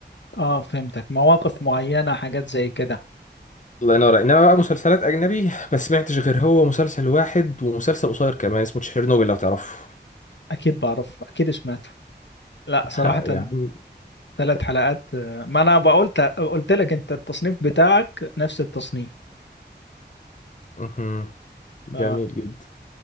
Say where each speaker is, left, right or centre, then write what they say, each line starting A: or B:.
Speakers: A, on the left; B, on the left.
A: آه فهمتك مواقف معينة حاجات زي كده
B: الله ينور انما بقى مسلسلات اجنبي ما سمعتش غير هو مسلسل واحد ومسلسل قصير كمان اسمه تشيرنوبل لو تعرفه
A: أكيد بعرف أكيد سمعته لا
B: <laughs>
A: صراحة
B: يعني
A: ثلاث حلقات آه، ما انا بقولت قلت لك انت التصنيف بتاعك نفس التصنيف
B: مهم.
A: ف...
B: جميل جدا